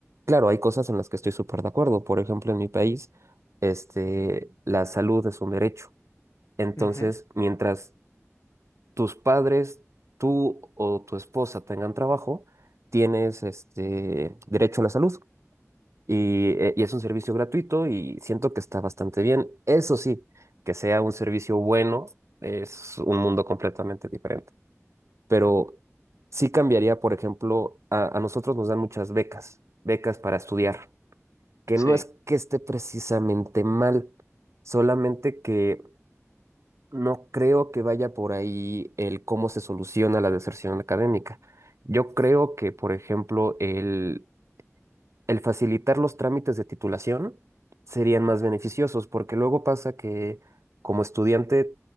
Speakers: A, on the right; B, on the left.
A: Claro, hay cosas en las que estoy súper de acuerdo. Por ejemplo, en mi país, este, la salud es un derecho entonces,
B: Ujú, ujú,
A: mientras tus padres, tú o tu esposa tengan trabajo, tienes este derecho a la salud y, eh, y es un servicio gratuito y siento que está bastante bien. Eso sí, que sea un servicio bueno es un mundo completamente diferente. Pero sí cambiaría, por ejemplo, a, a nosotros nos dan muchas becas, becas para estudiar, que
B: Sí,
A: no es que esté precisamente mal, solamente que No creo que vaya por ahí el cómo se soluciona la deserción académica. Yo creo que, por ejemplo, el, el facilitar los trámites de titulación serían más beneficiosos, porque luego pasa que como estudiante